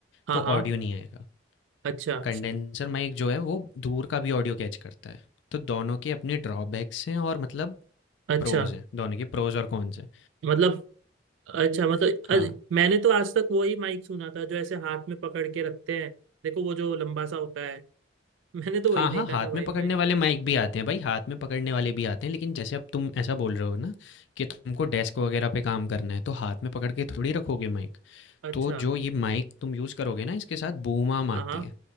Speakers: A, on the right; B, on the left.
A: हाँ
B: तो
A: हाँ
B: ऑडियो नहीं आएगा
A: अच्छा
B: कंडेंसर माइक जो है वो दूर का भी ऑडियो कैच करता है तो दोनों के अपने ड्रॉबैक्स हैं और मतलब
A: अच्छा
B: प्रोज हैं दोनों के प्रोज और कॉन्स हैं
A: मतलब अच्छा मतलब अ-
B: हाँ
A: मैंने तो आज तक वही माइक सुना था जो ऐसे हाथ में पकड़ के रखते हैं देखो वो जो लंबा सा होता है <laughs> मैंने तो
B: हाँ
A: वही देखा
B: हाँ हाथ
A: था भाई
B: में पकड़ने
A: माइक
B: वाले माइक भी आते हैं भाई हाथ में पकड़ने वाले भी आते हैं लेकिन जैसे अब तुम ऐसा बोल रहे हो ना कि तुमको डेस्क वगैरह पे काम करना है तो हाथ में पकड़ के थोड़ी रखोगे माइक
A: अच्छा
B: तो जो ये माइक तुम यूज़ करोगे ना इसके साथ बूम आम आती
A: हाँ हाँ
B: है